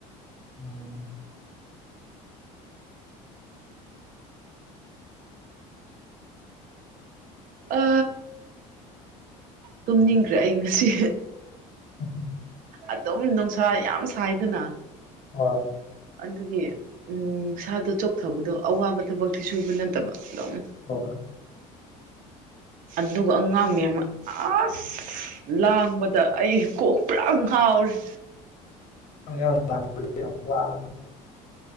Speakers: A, on the left; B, on the right.
A: ꯎꯝ
B: ꯑ ꯇꯨꯝꯅꯤꯡꯈ꯭ꯔꯦ ꯑꯩ ꯉꯁꯤ
A: ꯍꯝ
B: ꯑꯗꯨꯝ ꯅꯨꯡꯁꯥ ꯌꯥꯝ ꯁꯥꯏꯗꯅ
A: ꯍꯣꯏ
B: ꯑꯗꯨꯒꯤ ꯎ ꯁꯥꯗꯣ ꯆꯣꯛꯊꯕꯗꯣ ꯑꯋꯥꯕ ꯊꯕꯛꯇꯤ ꯁꯨꯕ ꯅꯠꯇꯕ ꯑꯗꯨꯝ
A: ꯍꯣꯏ
B: ꯑꯗꯨꯒ ꯑꯉꯥꯡ ꯃꯌꯥꯝ ꯑꯁ ꯂꯥꯡꯕꯗ ꯑꯩ ꯀꯣꯛ ꯄꯨꯔꯥ ꯉꯥꯎꯔꯦ
A: ꯑ